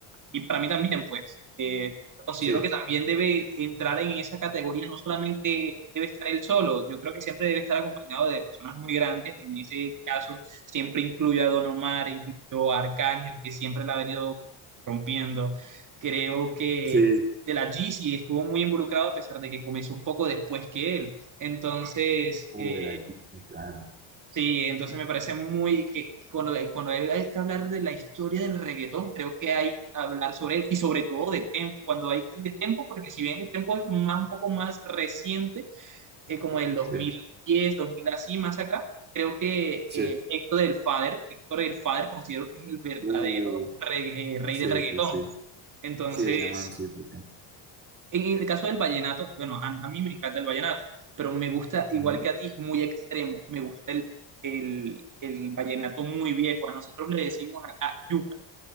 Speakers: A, on the right (about 40°); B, on the right (about 20°).
A: y para mí también, pues, eh, considero
B: Sí,
A: que también debe entrar en esa categoría, no solamente debe estar él solo, yo creo que siempre debe estar acompañado de personas muy grandes, en ese caso siempre incluyo a Don Omar, incluyo a Arcángel, que siempre la ha venido rompiendo, creo que
B: Sí.
A: de la G C estuvo muy involucrado a pesar de que comenzó un poco después que él, entonces
B: Joder,
A: eh,
B: allí, sí, claro.
A: Sí, entonces me parece muy que cuando, cuando hay, hay que hablar de la historia del reggaetón, creo que hay que hablar sobre él y sobre todo de Tempo, cuando hay de Tempo, porque si bien el Tempo es más, un poco más reciente, eh, como del dos
B: Sí,
A: mil diez, dos mil así, más acá, creo que
B: sí.
A: eh, Héctor del Father, Héctor del Father considero que es el verdadero
B: Uh,
A: re- eh, rey
B: sí,
A: del reggaetón.
B: sí, sí.
A: Entonces,
B: Sí, ese man sí fue bien.
A: en el caso del vallenato, bueno, a, a mí me encanta el vallenato, pero me gusta, igual
B: Ujú.
A: que a ti, muy extremo. Me gusta el, el, el vallenato muy viejo. A nosotros le decimos acá yuca.